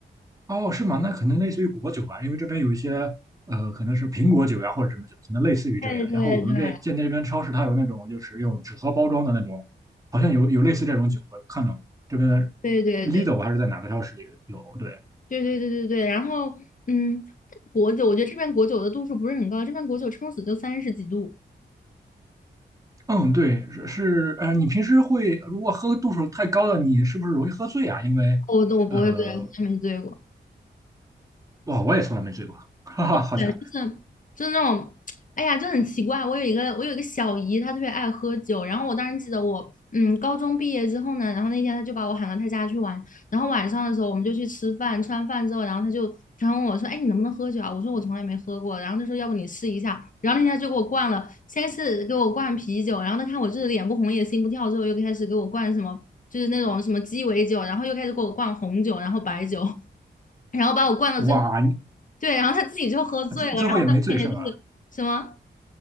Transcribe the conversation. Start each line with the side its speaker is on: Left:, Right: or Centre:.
Right: 哦，是吗？那可能类似于果酒吧，因为这边有一些呃，可能是苹果酒呀或者什么酒，可能类似于这样。
Left: 对对对
Right: 然后我们这见这边超市它有那种就是用纸盒包装的那种，好像有有类似这种酒，我有看到过这边的
Left: 对对对
Right: Lidl 还是在哪个超市里有？对，
Left: 对对对对对，然后嗯，果酒，我觉得这边果酒的度数不是很高，这边果酒撑死就三十几度。
Right: 嗯，对，是是呃，你平时会如果喝度数太高了，你是不是容易喝醉啊？因为
Left: 哦我都我不会醉，
Right: 呃，
Left: 从来没醉过。
Right: 哇，我也从来没醉过，<laughs> 哈哈，好巧。
Left: 对，就是就是那种，哎呀，就很奇怪。我有一个我有一个小姨，她特别爱喝酒。然后我当时记得我，嗯，高中毕业之后呢，然后那天她就把我喊到她家去玩。然后晚上的时候我们就去吃饭，吃完饭之后，然后她就她问我说：“哎，你能不能喝酒啊？”我说：“我从来没喝过。”然后她说：“要不你试一下。”然后那天她就给我灌了，先是给我灌啤酒，然后她看我就是脸不红也心不跳，之后又开始给我灌什么，就是那种什么鸡尾酒，然后又开始给我灌红酒，然后白酒。<laughs> 然后把我灌到最后，
Right: 哇，你
Left: 对，然后他自己就喝醉了，
Right: 最最后也没醉是吗？
Left: 然后在我面前就是什么